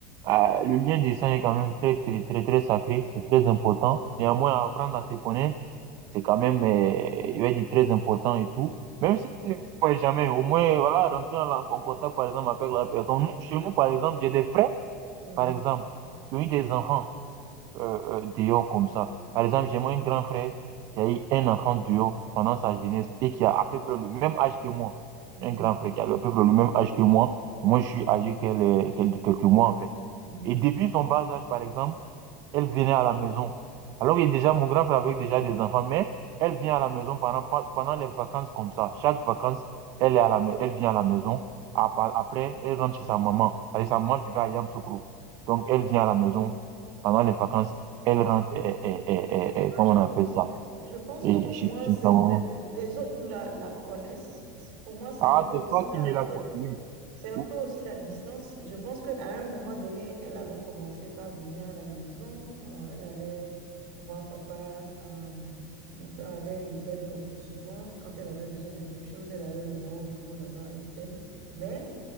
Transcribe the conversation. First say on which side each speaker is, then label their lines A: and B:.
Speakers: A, on the right; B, on the right.
A: euh, le lien du sang est quand même très, très, très très sacré. C'est très important. Néanmoins, apprendre à se connaître C'est quand même, euh, je vais dire, très important et tout. Même si vous ne vous voyez jamais, au moins, voilà, rentrer en, en contact, par exemple, avec la personne. Nous, chez nous, par exemple, j'ai des frères,
B: mm,
A: par exemple, qui ont eu des enfants euh, euh, dehors comme ça. Par exemple, j'ai moi un grand frère qui a eu un enfant dehors pendant sa jeunesse et qui a à peu près le même âge que moi.
B: mm,
A: Un grand frère qui a à peu près le même âge que moi. Moi, je suis âgé qu'elle est- qu'elle- de quelques mois, en fait.
B: mm.
A: Et depuis son bas âge, par exemple, elle venait à la maison. Alors que déjà, mon grand frère avait déjà des enfants, mais elle vient à la maison pendant, pendant les vacances comme ça. Chaque vacances, elle, est à la, elle vient à la maison. Après, elle rentre chez sa maman. Parce sa maman vivait à Yamoussoukro. Donc, elle vient à la maison pendant les vacances. Elle rentre, et, et, et, et- et-
B: Ouais,
A: comment
B: Je,
A: on appelle ça?
B: je pense
A: Et,
B: que pour
A: chez,
B: moi,
A: chez
B: c'est
A: sa maman.
B: le- les autres la, la connaissent. C'est- Pour moi, c'est
A: Ah,
B: un peu
A: c'est
B: aussi
A: toi
B: la,
A: qui me l'as
B: ouais,
A: construit.
B: c'est un
A: Ou-
B: peu aussi la distance. Je pense qu'à un moment donné, elle avait commencé par venir à la maison. Euh, elle allait voir papa. euh, mon père avait un hôtel, donc souvent, quand elle avait besoin de quelque chose, elle allait le voir au bureau là-bas à l'hôtel. Mais,